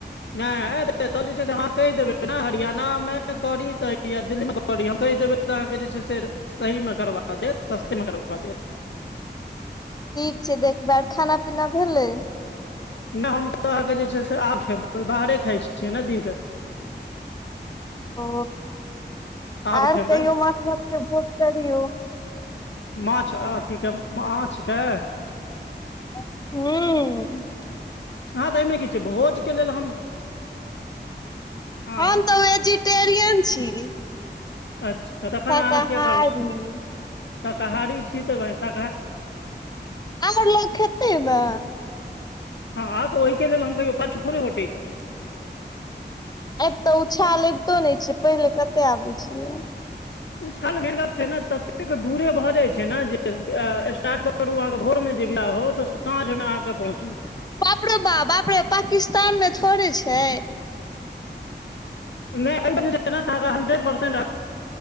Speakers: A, on the left; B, on the left.
A: नै एतय जे छै से अहाँ कहि देबै ने हरियाणा मे करी तऽ या दिल्ली मे क करी हम कहि देबै तऽ अहाँके जे छै से सहीमे करबा देत सस्ते मे करबा देत
B: ठीक छै देखबै आर खाना पीना भेलै
A: नै हम तऽ अहाँके जे छै से आब खेबै बाहरे खाइ छियै न दिनक
B: ओ
A: आब
B: आर
A: खेबै
B: कहियो माछ मौस के भोज करियौ
A: माछ अ अथी के माछ के
B: हुं
A: हँ तऽ एहिमे की छै भोज के लेल हम हँ
B: हम
A: हँ
B: तऽ वेजिटेरियन छी
A: अच्छा तखन
B: शाकाहारी
A: अहाँ किया कहलौ शाकाहारी छी तऽ भाय शा
B: आमुर लोक खेतै मे
A: हँं त ओयके लेल हम कहियो पाछू थोड़े होटै छीयै
B: एब तऽ उछाल अबितो नै छैय पहिले कते आबै छलै या
A: उछाल मेन गप छै न ततेक दूरे भऽ जाय छै न जे अस्टार्ट करू अहाँके भोरमे जे बिद होव तऽ साँझमे अहाँके पहुँचू
B: बाप रौ बा बाप रे पाकिस्तान मे थोड़े छै
A: नै अय बेर जे छै ना आहा के हन्ड्रेड परसेंट आब